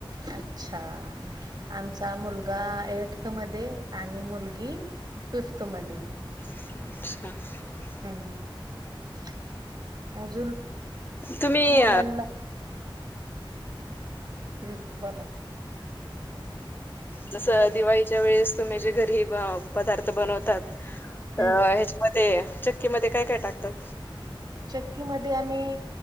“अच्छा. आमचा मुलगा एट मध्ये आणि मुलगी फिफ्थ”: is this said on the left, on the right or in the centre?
Right